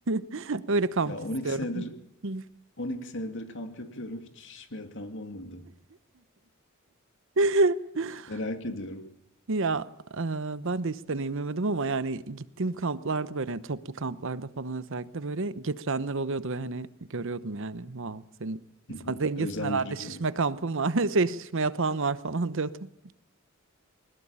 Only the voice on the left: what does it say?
Ya 12
senedir
On iki senedir kamp yapıyorum. Hiç şişme yatağım olmadı.
Merak ediyorum.
<laughs> Hı
hı.
Özendirici.